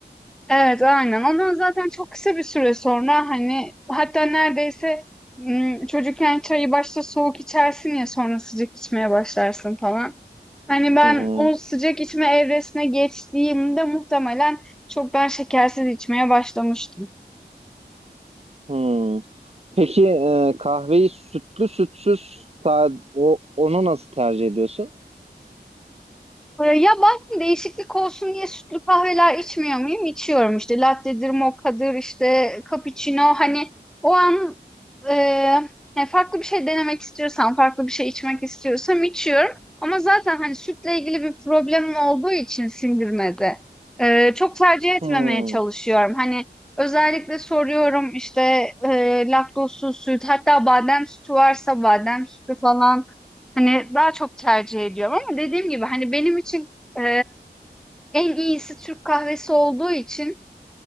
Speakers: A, in the centre; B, on the right.
A: Evet aynen. Ondan zaten çok kısa bir süre sonra hani hatta neredeyse m, çocukken çayı başta soğuk içersin ya sonra sıcak içmeye başlarsın falan. Hani ben
B: Hı hı.
A: o sıcak içme evresine geçtiğimde muhtemelen çoktan şekersiz içmeye başlamıştım.
B: Hmm. Peki e, kahveyi sütlü sütsüz sade, o, onu nasıl tercih ediyorsun?
A: Ee, Ya bazen değişiklik olsun diye sütlü kahveler içmiyor muyum? İçiyorum işte latte'dir, mokka'dır, işte cappuccino hani o an e, yani farklı bir şey denemek istiyorsam, farklı bir şey içmek istiyorsam içiyorum. Ama zaten hani sütle ilgili bir problemim olduğu için sindirmede e, çok tercih etmemeye
B: Hmm.
A: çalışıyorum. Hani özellikle soruyorum işte e, laktozsuz süt hatta badem sütü varsa badem sütü falan Hani daha çok tercih ediyorum ama dediğim gibi hani benim için e, en iyisi Türk kahvesi olduğu için